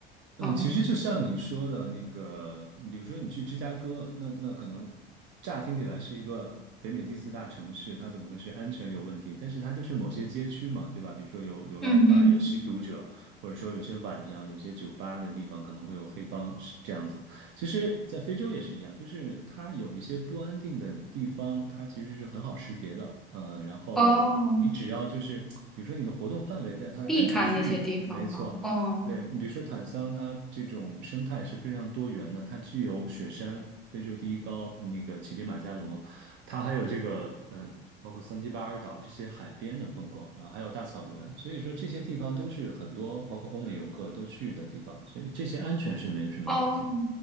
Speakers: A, on the right; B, in the centre.
A: 嗯，
B: 嗯
A: 其实就像你说的那个，你比如说你去芝加哥，那那可能乍听起来是一个北美第四大城市，它怎么会是安全有问题？但是它就是某些街区嘛，对吧？比如说有流浪汉、
B: 嗯嗯，
A: 有吸毒者，或者说有些晚上有些酒吧的地方可能会有黑帮，是这样子。其实，在非洲也是一样，就是它有一些不安定的地方，它其实是很好识别的。呃，然后你只要就是，
B: 哦，
A: 比如说你的活动范围在它的安全区域，
B: 避开那些地方哈，
A: 没错。
B: 哦
A: 对，你比如说坦桑，它这种生态是非常多元的，它既有雪山、非洲第一高，呃那个乞力马扎罗，它还有这个呃，包括桑基巴尔岛这些海边的风光，然后还有大草原，所以说这些地方都是很多包括欧美游客都去的地方，所以这些安全是没什么问题。
B: 哦，